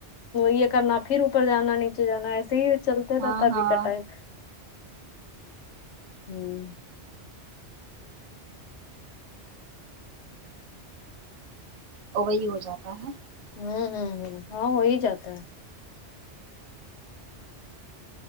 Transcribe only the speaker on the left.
یے کرنا پھر اوپر جانا نیچے جانا ایسے ہی چلتا
رہتا ابھی
کا ٹائم ہمم
آمم ہمم ہمم ہاں ہو ہی جاتا ہے